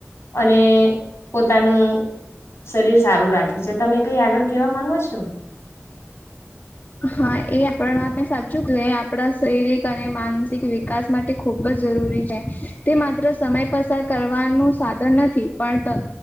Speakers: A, on the left (about 65°); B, on the left (about 40°).
A: અને પોતાનું શરીર. સારું રાખે છે તમે કઈ આગળ કેવા માંગો છો. . <inaudible>
B: હા એ આપણા હા મે સાચું હતું એ આપણા શરીરિક અને માનસિક વિકાસ. માટે ખૂબ જ જરૂરી છે તે માત્ર સમય પસાર કરવાનું સાધન નથી પણ.